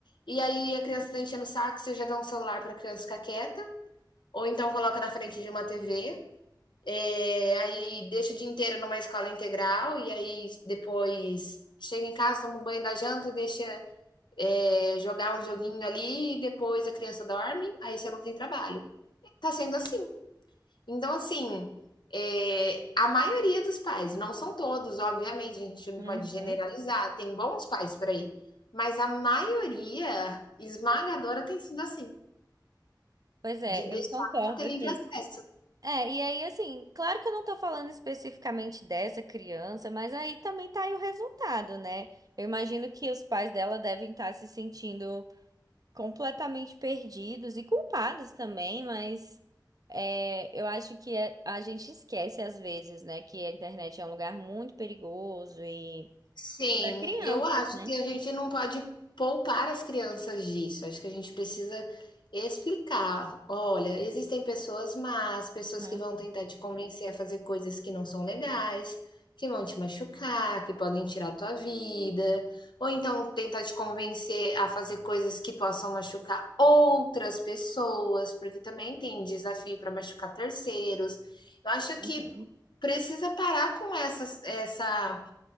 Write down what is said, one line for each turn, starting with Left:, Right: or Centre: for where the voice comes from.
Left: e aí a criança tá enchendo o saco, você já dá um celular pra criança ficar quieta, ou então coloca na frente de uma TV. É, aí deixo o dia inteiro numa escola integral e aí depois chega em casa, toma um banho da janta, deixa é, jogar um joguinho ali e depois a criança dorme, aí você não tem trabalho. Tá sendo assim. Então, assim, é, a maioria dos pais, não são todos, obviamente, a gente não
Right: Uhum.
Left: pode generalizar, tem bons pais por aí, mas a maioria esmagadora tem sido assim,
Right: Pois é,
Left: de deixar
Right: eu concordo,
Left: ter
Right: assim.
Left: livre acesso.
Right: É, e aí, assim, claro que eu não tô falando especificamente dessa criança, mas aí também tá aí o resultado, né? Eu imagino que os pais dela devem estar se sentindo. completamente perdidos e culpados também, mas é, eu acho que é- a gente esquece às vezes, né, que a internet é um lugar muito perigoso e
Left: Sim,
Right: para crianças,
Left: eu acho
Right: né?
Left: que a gente não pode poupar as crianças disso. Acho que a gente precisa explicar. Olha, existem pessoas más, pessoas
Right: Uhum,
Left: que vão tentar te convencer a fazer coisas que não são legais, que vão te machucar, que podem tirar a tua vida, ou então tentar te convencer a fazer coisas que possam machucar outras pessoas, porque também tem desafio para machucar terceiros. Eu acho
Right: uhum.
Left: que precisa parar com essas, essa